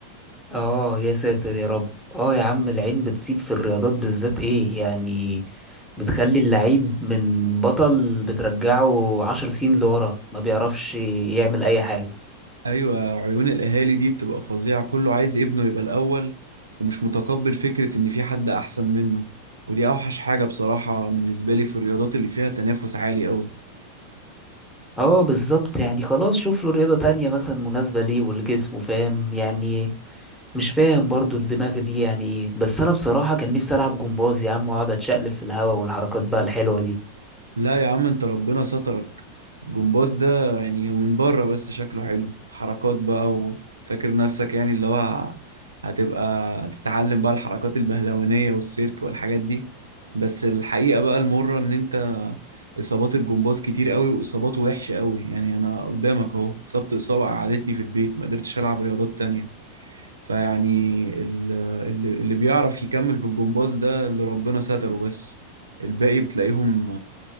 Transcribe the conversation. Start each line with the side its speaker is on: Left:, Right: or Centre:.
Centre: اه يا ساتر يا رب اه يا عم العين بتصيب في الرياضات بالذات ايه يعني بتخلي اللعيب من بطل بترجعه عشر سنين لورا ما بيعرفش يعمل اي حاجة
Right: ايوه عيون الاهالي دي بتبقى فظيعه كله عايز ابنه يبقى الاول ومش متقبل فكره ان في حد احسن منه ودي اوحش حاجه بصراحه بالنسبه لي في الرياضات اللي فيها تنافس عالي قوي
Centre: اه بالظبط يعني خلاص شوف له رياضة تانية مثلا مناسبة ليه ولجسمه فاهم يعني مش فاهم برضو الدماغ دي يعني ايه بس انا بصراحة كان نفسي العب جمباز يا عم واقعد اتشقلب في الهوا والحركات بقى الحلوة دي
Right: لا يا عم انت ربنا سترك الجمباز ده يعني هو من بره بس شكله حلو حركات بقى وفاكر نفسك يعني اللي هو ه- هتبقى تتعلم بقى الحركات البهلوانية والسيرك والحاجات دي بس الحقيقة بقى المرة ان انت اصابات الجمباز كتير قوي واصاباته وحشة قوي يعني انا قدامك اهو اتصبت اصابة قعدتني في البيت ما قدرتش العب رياضات تانية فيعني ال- اللي اللي بيعرف يكمل في الجمباز ده اللي ربنا ستره بس الباقي بتلاقيهم